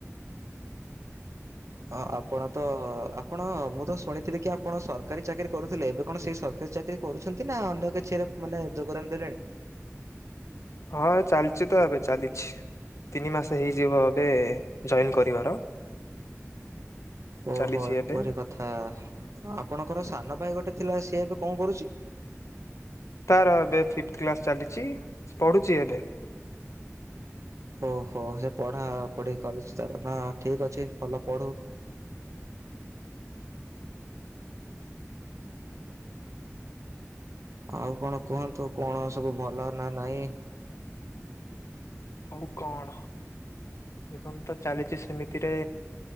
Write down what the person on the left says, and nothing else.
ହଁ ଚାଲିଚି ତ ଏବେ ଚାଲିଛି। ତିନି ମାସ ହେଇଯିବ ଏବେ ଜଏନ୍ କରିବାର।
ଚାଲିଛି
ଏବେ।
ତାର ଏବେ ଫିଫଥ କ୍ଲାସ ଚାଲିଚି ପଢୁଚି ଏବେ।
ହୋଉ କଣ? ଜୀବନ ତ ଚାଲିଚି ସେମିତିରେ।